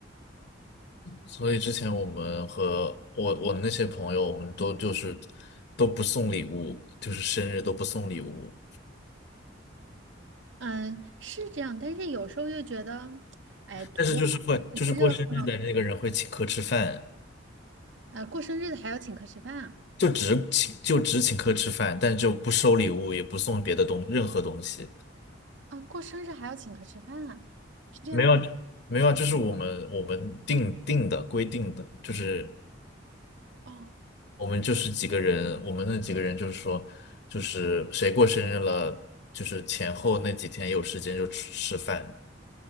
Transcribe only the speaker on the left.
所以之前我们和我我那些朋友，我们都就是都不送礼物，就是生日都不送礼物，
但是就是会就是过生日的那个人会请客吃饭，
就只请就只请客吃饭，但就不收礼物，也不送别的东任何东西，
没有没有啊就是我们我们定定的规定的，就是
我们就是几个人，我们那几个人就是说，就是谁过生日了，就是前后那几天有时间就吃吃饭，